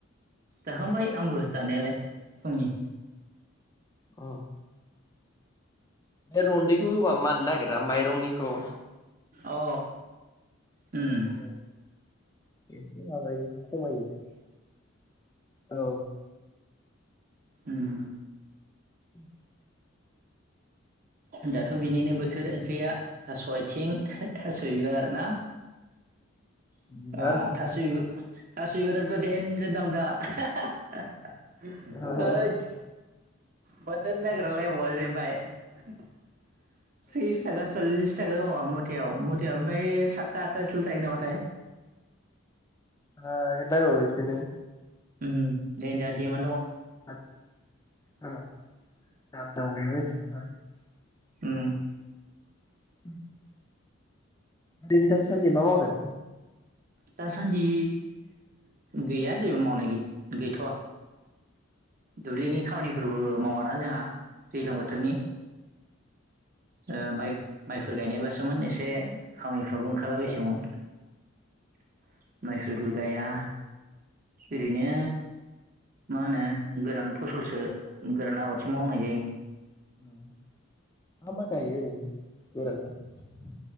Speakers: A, on the right (about 40°); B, on the left (about 15°).
A: जाखांबाय आंबो जानायालाय फुंनि।
B: ओ। बे रन्दैखौ होबा माननो नागिरा माइरंनिखौ।
A: अ ओम।
B: औ एसे माबायो खमायो। औ।
A: उम।
B: <unintelligible>
A: दाथ' बिनिनो बोथोर ओंख्रिया थास'आइथिं। थास' बिबार ना
B: बिबार
A: आ
B: औ
A: थास' बिबार थास' बिबाराथ' देनजार दाम दा। <unintelligible>
B: हागोन
A: ओइथ मोननो नो नागेरालाय <unintelligible> <inaudible> थ्रिस थाखा सलिस मुथायाव मुथायाव ओमफाय साथ था आथासोल' थायो नामाथाय
B: थागोनदां औ बिदिनो
A: ओम दे दा दिमा
B: <unintelligible>
A: ओम
B: <inaudible> ओरैनो दासान्दि मा मावदों
A: दासान्दि गैया जेबो मावनाय गैथया दुब्लिनि खामानिफोरबो मावाना जोंहा दैज्लां बोथोरनि ओ माइ माइफोर गायनायबासोमोन एसे खामानिफोर बो ओंखारला
B: औ
A: बायसिगौमोन <inaudible> माइफोरबो गाइया ओरैनो
B: औ
A: मा होनो गोरान फसलसो गोरान आबादसो मावनाय जायो
B: ओं मा मा गायो ओरैनो गोरानाव